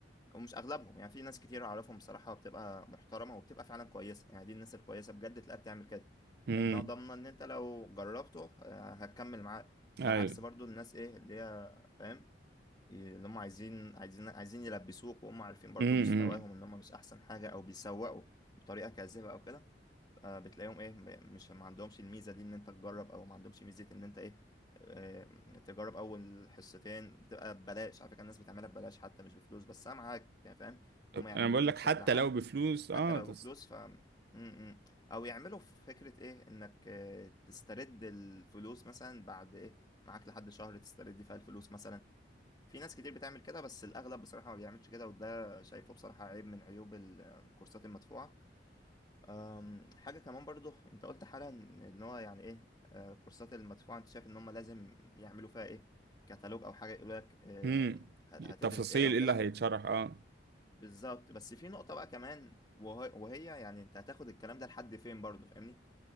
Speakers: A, on the left; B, on the right.
A: أو مش أغلبهم يعني في ناس كتير أعرفهم بصراحة بتبقى محترمة وبتبقى فعلا كويسة يعني دي الناس الكويسة بجد تلاقيها بتعمل كده
B: امم
A: لأنها ضامنة إن أنت لو جربته آه، هتكمل معاه بعكس
B: ايوه
A: برضو الناس إيه اللي هي فاهم اللي هم عايزين عايزين عايزين يلبسوك وهم عارفين برضو
B: امم
A: مستواهم إن هم مش أحسن حاجة أو بيسوقوا بطريقة كاذبة أو كده آه، بتلاقيهم ايه م- مش ما عندهمش الميزه دي ان انت تجرب او ما عندهمش ميزه ان انت ايه آه، تجرب اول حصتين بتبقى ببلاش على فكره الناس بتعملها ببلاش حتى مش بفلوس بس انا معاك يعني فاهم ان
B: انا
A: هم يعملوها
B: بقول لك
A: بشكل
B: حتى
A: عام
B: لو بفلوس اه
A: حتى لو
B: تس...
A: بفلوس ف م- م. او يعملوا في فكره ايه انك آه، تسترد الفلوس مثلا بعد ايه معاك لحد شهر تسترد فيها الفلوس مثلا في ناس كتير بتعمل كده بس الاغلب بصراحه ما بيعملش كده وده شايفه بصراحه عيب من عيوب ال- الكورسات المدفوعه أم، حاجة كمان برضو انت قلت حالا ان إن هو يعني ايه آه، كورسات المدفوعة انت شايف ان هم لازم يعملوا فيها ايه كتالوج او حاجة يقول لك آه،
B: امم
A: ه-
B: التفاصيل
A: هتدرس ايه او
B: ايه
A: كده
B: اللي هيتشرح اه
A: بالظبط بس في نقطة بقى كمان وهي, وهي يعني انت هتاخد الكلام ده لحد فين برضو فاهمني